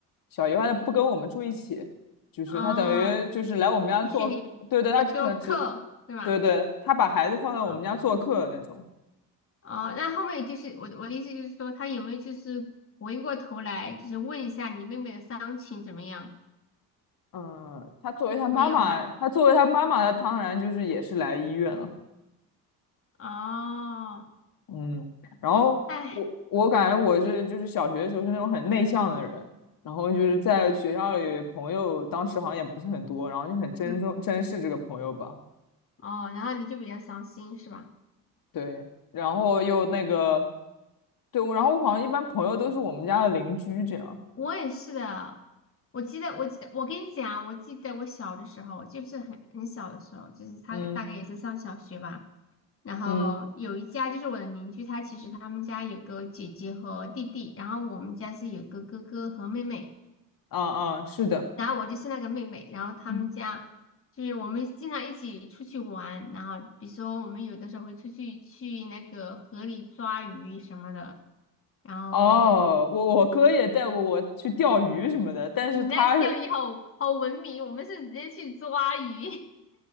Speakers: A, on the left; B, on the left.
A: 小姨的话她不跟我们住一起，就是她等于就是来我们家做，
B: 哦，继续你在做客，
A: 对对，她可能只
B: 对吧？
A: 对对，她把孩子放在我们家做客的那种。
B: 啊、哦，那后面就是我的我的意思就是说，他有没有就是回过头来，就是问一下你妹妹的伤情怎么样？
A: 嗯，她作为她妈妈，
B: 没有啊？
A: 她作为她妈妈，她当然就是也是来医院了。
B: 哦，
A: 嗯，然后我我感觉我是就是小学的时候是那种很内向的人，
B: 哎，
A: 然后就是在学校里朋友当时好像也不是很多，然后就很珍重珍视这个朋友吧，
B: 嗯，哦，然后你就比较伤心是吧？
A: 对，然后又那个对，我然后我好像一般朋友都是我们家的邻居这样，
B: 我也是的，我记得，我记得，我跟你讲，我记得我小的时候，就是很很小的时候，就是他大概也是上小学吧。
A: 嗯
B: 然后有一家就是我的邻居，
A: 嗯
B: 他其实他们家有个姐姐和弟弟，然后我们家是有个哥哥和妹妹，
A: 啊啊，是的，
B: 然后我就是那个妹妹，然后他们家就是我们经常一起出去玩，
A: 嗯
B: 然后比如说我们有的时候会出去去那个河里抓鱼什么的，然后。
A: 哦，我我哥也带过我去钓鱼什么的，但是他是
B: 你那钓鱼好好文明，我们是直接去抓鱼，